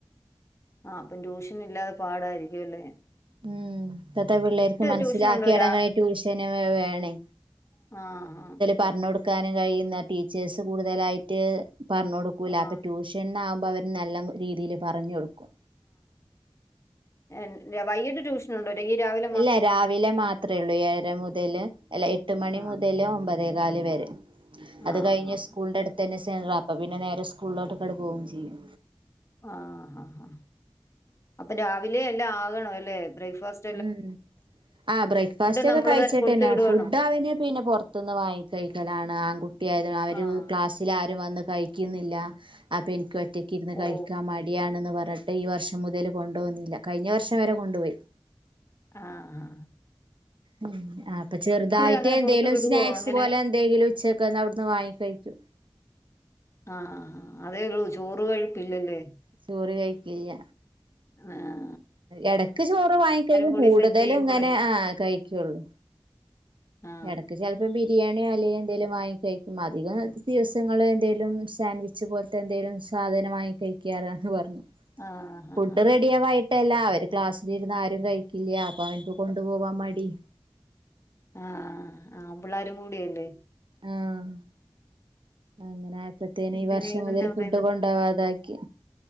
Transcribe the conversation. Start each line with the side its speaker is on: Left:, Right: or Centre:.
Left: ആഹ് അപ്പം ട്യൂഷൻ ഇല്ലാതെ പാടായിരിക്കും അല്ലേ
Right: ഉം ഇപ്പോഴത്തെ പിള്ളേർക്ക് മനസ്സിലാക്കി
Left: ട്യൂഷനുണ്ടോ
Right: ഇടങ്ങണേ
Left: രാ
Right: ട്യൂഷൻ വേണേ
Left: ആഹ് ആഹ് ആഹ്
Right: പറഞ്ഞ കൊടുക്കാനും കഴിയുന്ന ടീച്ചേഴ്സ് കൂടുതലായിട്ട് പറഞ്ഞ കൊടുക്കൂല
Left: ആഹ്
Right: അപ്പൊ ട്യൂഷൻ ണ്ണാ ആകുമ്പോ അവര് നല്ല രീതിൽ പറഞ്ഞ് കൊടുക്കും
Left: എൻ വൈകിട്ട് ട്യൂഷനുണ്ടോങ്കി രാവില്
Right: ഇല്ല രാവിലെ മാ അത്രയൊള്ളൂ ഏഴര മുതല് അല്ല എട്ട് മണി
Left: ആഹ്
Right: മുതല് ഒമ്പതേകല് വരെ അത്
Left: ആഹ്
Right: കഴിഞ്ഞ്
Left: ആഹ്
Right: സ്കൂളിന്റെ അടുത്ത് തന്നെ സെല് ആപ്പ പിന്നെ നേരെ സ്കൂളിലോട്ട് തന്നെ പോവുകയും ചെയ്യും
Left: ആഹ ഹാ അപ്പൊ രാവിലെ എല്ലാം ആകണ അല്ലെ ബ്രേക്ഫാസ്റ്റ്
Right: ഉം ആഹ് ബ്രേക്ക്ഫാസ്റ്റ് ഒക്കെ
Left: നമ്മള്
Right: കഴിച്ചിട്ടെന്നെ
Left: കൊടുത്തു വിടുവാണോ
Right: ഫുഡ് ആഹ് അവന് പിന്നെ പൊറ് ത്ത്ന്ന് വാങ്ങി കഴിക്കലാണ് ആൺകുട്ടിയായത് അവര്
Left: ആഹ്
Right: ക്ലാസ് തിൽ ആരും വന്ന് കഴിക്കുന്നില്ല അപ്പം എനിക്ക് ഒറ്റക്ക ഇരുന്ന് കഴിക്കാൻ
Left: ഓ
Right: മടിയാണെന്ന് പറഞ്ഞ്ട്ട് ഈ വർഷം മുതൽ കൊണ്ട പോകുന്നില്ല കഴിഞ്ഞ വർഷം വരെ കൊണ്ടുപോയി
Left: ആഹാ
Right: ഉം ആഹ് അപ്പൊ ചെറുതായിട്ട്
Left: അങ്ങനെ
Right: എന്തെങ്കലും
Left: പുറത്ത് വിടുവോ
Right: സ്നാക്സ്
Left: അങ്ങനെ
Right: പോലെ എന്തെങ്കിലും ഉച്ചക്കന്ന് അവിടുന്ന് വാങ്ങി കഴിക്കും
Left: ആഹാ അതേള്ളൂ ചോറ് കഴിപ്പില്ലലേ
Right: ചോറ് കഴിക്കില്ല
Left: <unintelligible> ആഹ്
Right: എടക്ക് ചോറ് വാങ്ങിക്കഴിക്കും
Left: കൂടി
Right: കൂടുതലും
Left: സെറ്റ് ചെയ്യുമ്പളേ
Right: ഇങ്ങനെ ആഹ് കഴിക്കൊള്ളൂ
Left: ആ
Right: എടക്ക് ചെലപ്പോ ബിരിയാണി അല്ല എന്തേലും വാങ്ങി കഴിക്കും അധികം ദിവസങ്ങൾ എന്തേലും സാൻഡ് ച്ച പോലത്തെ എന്തേലും സാധന വങ്ങി കഴിക്കാനെന്ന് പറഞ്ഞു
Left: ആ ആ
Right: ഫുഡ് റെഡിയാവായിട്ടല്ല അവര് ക്ലാസ്സിലിരുന്ന് ആരും കഴിക്കില്ല അപ്പൊ അവരും കൊണ്ടു പോവാൻ മടി
Left: ആഹ് ആൻപിള്ളാരും കൂടിയല്ലേ
Right: ആഹ് അങ്ങനെ ആയപ്പോത്തേെനെ
Left: പിന്നെ
Right: ഈ വർഷം
Left: വേറെന്നാ
Right: മുതൽ
Left: പറയുന്നെ
Right: ഫുഡ് കൊണ്ടവാ താക്കി